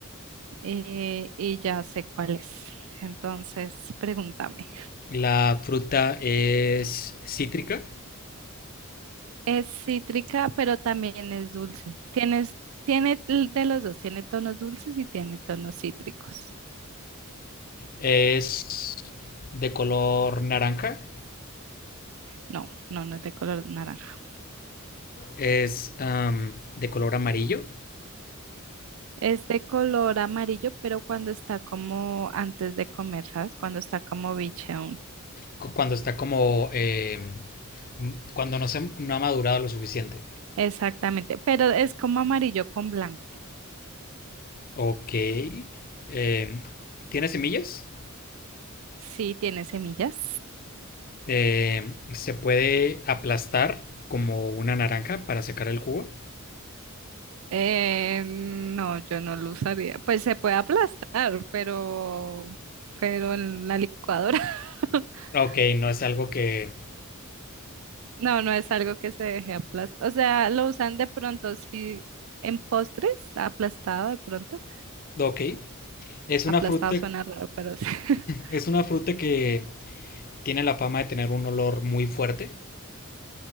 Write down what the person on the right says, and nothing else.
Eh, y ya sé cuál es. Entonces, pregúntame.
Es cítrica, pero también es dulce. Tienes, tiene l- de los dos, tiene tonos dulces y tiene tonos cítricos.
No, no, no es de color naranja.
Es de color amarillo, pero cuando está como antes de comer, ¿sabes? Cuando está como biche aún.
Exactamente, pero es como amarillo con blanco.
Sí, tiene semillas.
Eh, no, yo no lo usaría. Pues se puede aplastar, pero, pero en la licuadora. <laughs>
No, no es algo que se deje aplastar. O sea, lo usan de pronto, sí, en postres, aplastado de pronto.
Aplastado
suena raro, pero sí. <laughs>